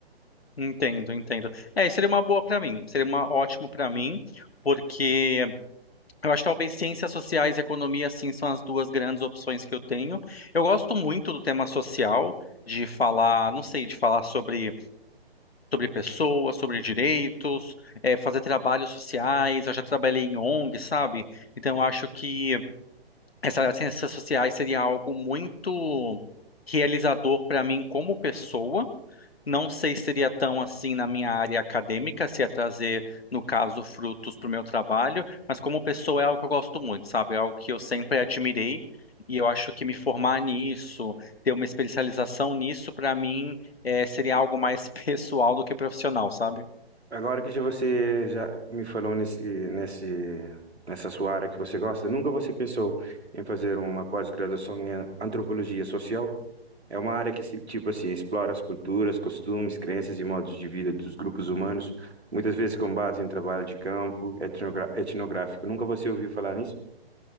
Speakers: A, on the left (about 65°); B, on the right (about 80°).
A: entendo, entendo. É, isso seria uma boa para mim, seria uma ótimo para mim, porque Eu acho que talvez ciências sociais e economia, assim, são as duas grandes opções que eu tenho. Eu gosto muito do tema social, de falar, não sei, de falar sobre, sobre pessoas, sobre direitos, eh, fazer trabalhos sociais. Eu já trabalhei em ONG, sabe? Então, eu acho que essa área de ciências sociais seria algo muito realizador para mim como pessoa. Não sei se seria tão assim na minha área acadêmica, se ia trazer, no caso, frutos para o meu trabalho, mas como pessoa é algo que eu gosto muito, sabe? É algo que eu sempre admirei e eu acho que me formar nisso, ter uma especialização nisso, para mim, é, seria algo mais <laughs> pessoal do que profissional, sabe?
B: Agora que já você já me falou nesse, nesse, nessa sua área que você gosta, nunca você pensou em fazer uma pós-graduação em antropologia social? É uma área que, se- tipo assim, explora as culturas, costumes, crenças e modos de vida dos grupos humanos, muitas vezes com base em trabalho de campo, etnogra- etnográfico. Nunca você ouviu falar nisso?